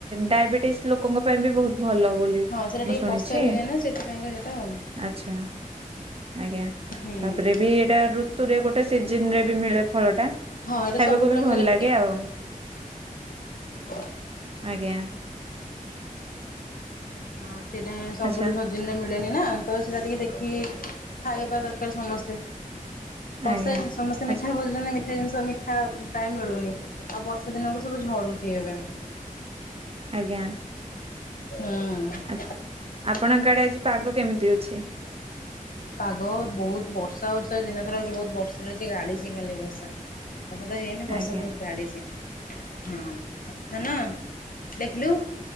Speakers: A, on the right; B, on the left.
A: ଡାଏବେଟିଶି ଲୋକଙ୍କ ପାଇଁ ବି ବହୁତ ଭଲ ବୋଲି
B: ହଁ ସେଇଟା ଟିକେ
A: ମୁଁ ଶୁଣିଛି
B: କଷା ରୁହେ ନା ସେଥିପାଇଁକା ସେଇଟା ଆଉ
A: ଆଚ୍ଛା। ଆଜ୍ଞା
B: ହୁଁ
A: ତାପରେ ବି ଏଇଟା ଋତୁରେ ଗୋଟେ ସିଜିନ୍ ରେ ବି ମିଳେ। ଫଳଟା
B: ହଁ ଏଇଟା
A: ଖାଇବାକୁ
B: ସବୁବେଳେ
A: ବି ଭଲଲାଗେ
B: ମିଳେ।
A: ଆଉ।
B: ଓଁ ରେଫ
A: ଆଜ୍ଞା।
B: ହୁଁ ସେଟା ସବୁଲ
A: ଆଚ୍ଛା
B: ସିଜିନରେ ମିଳେନି ନା। ତ ସେଟା ଟିକେ ଦେଖିକି ଖାଇବା ଦରକାର ସମସ୍ତେ। କସା
A: ଆଜ୍ଞା
B: ଜିନିଷ ସମସ୍ତେ
A: ଆଚ୍ଛା
B: ମିଠା ଖୋଜୁଚନ୍ତି ମି ମିଠା ଜିନିଷ ମିଠା ପ୍ରାୟ ମିଳୁନି ଆଉ ବର୍ଷାଦିନକୁ ସବୁ ଝଡୁଚି ଏବେ।
A: ଆଜ୍ଞା।
B: ହୁଁ।
A: ଆ ଆପଣଙ୍କ ଆଡେ ଆଜି ପାଗ କେମିତି ଅଛି?
B: ପାଗ ବହୁତ ବର୍ଷା ହେଉଛି ଆଜି ଦିନସାରା ବହୁତ ବ ଛି ଗାଳିଛି ଖାଲି ବର୍ଷା ବର୍ଷାତ ହେଇନି ବର୍ଷା
A: ଆଜ୍ଞା
B: ବହୁତ ଢାଳିଛି। ହଁ ଧନ ଲେଖିଲୁ।